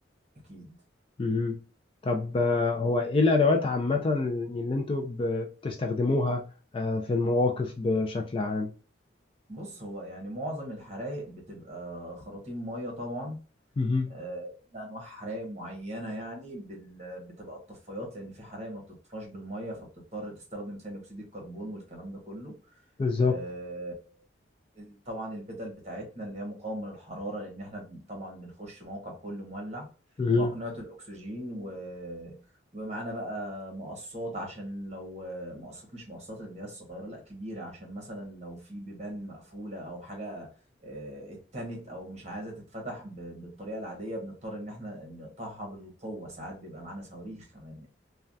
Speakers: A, on the right; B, on the left.
A: اكيد
B: مهم. طب آه، هو ايه الادوات عامة اللي انتوا ب- بتستخدموها آه، في المواقف بشكل عام
A: بص هو يعني معظم الحرايق بتبقى خراطيم ميه طبعا
B: مهم.
A: آه، إلا انواع حرايق معينه يعني بال... بتبقى الطفايات لان في حرايق ما بتطفاش بالميه فبتضطر تستخدم ثاني اكسيد الكربون والكلام ده كله
B: بالظبط
A: آه، بن- طبعا البدل بتاعتنا اللي هي مقاومة للحرارة لأن احنا بن- طبعا بنخش موقع كله مولع
B: مهم.
A: وأقنعة الأكسجين و... ومعانا بقى مقصات عشان لو مقصات مش مقصات اللي هي الصغيرة لا كبيرة عشان مثلا لو في بيبان مقفولة أو حاجة آه، اتنت أو مش عايزة تتفتح ب... بالطريقة العادية بنضطر إن احنا نقطعها بالقوة ساعات بيبقى معانا صواريخ كمان يعني